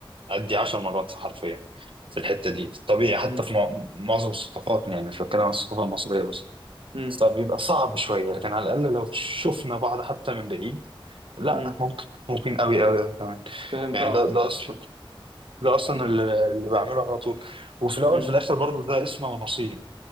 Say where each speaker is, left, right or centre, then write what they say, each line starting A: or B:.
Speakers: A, on the right; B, on the right.
A: أدي عشر مرات حرفيا في الحتة دي في الطبيعي حتى
B: امم
A: في مع- معظم الثقافات يعني مش بتكلم عن الثقافة المصرية بس
B: امم
A: بس بيبقى صعب شوية لكن على الأقل لو شفنا بعض حتى من بعيد لا
B: امم
A: ممكن ممكن قوي قوي قوي كمان
B: فهمت
A: يعني
B: قصدك
A: ده ده أصلا ده أصلا
B: امم
A: اللي اللي بعمله على طول وفي الأول
B: امم
A: في الآخر برضه ده اسمه ونصيب